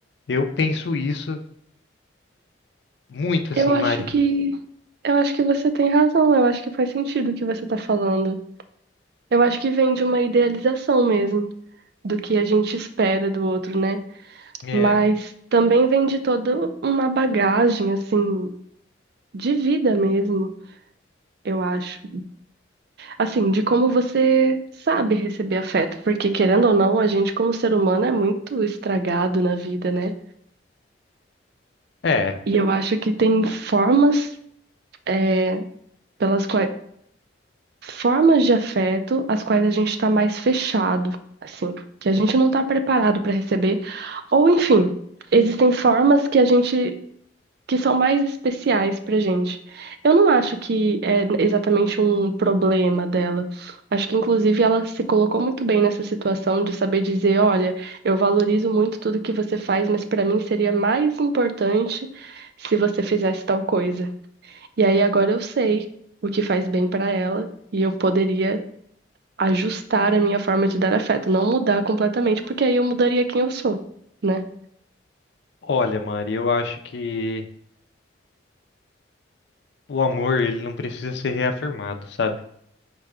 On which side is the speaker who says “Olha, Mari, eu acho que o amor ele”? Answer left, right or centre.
Left